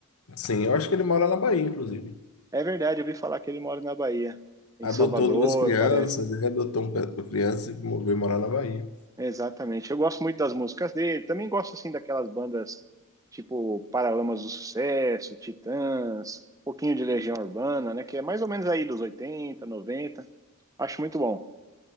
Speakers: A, on the left (about 75°); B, on the right (about 15°).
A: Sim, eu acho que ele mora na Bahia, inclusive.
B: É verdade, eu ouvi falar que ele mora na Bahia, em
A: Adotou
B: Salvador,
A: duas crianças,
B: parece.
A: ele adotou um pe- uma criança e moveu morar na Bahia.
B: É, Exatamente. Eu gosto muito das músicas dele, também gosto assim daquelas bandas tipo Paralamas do Sucesso, Titãs, um pouquinho de Legião Urbana, né? Que é mais ou menos aí dos 80, 90. Acho muito bom.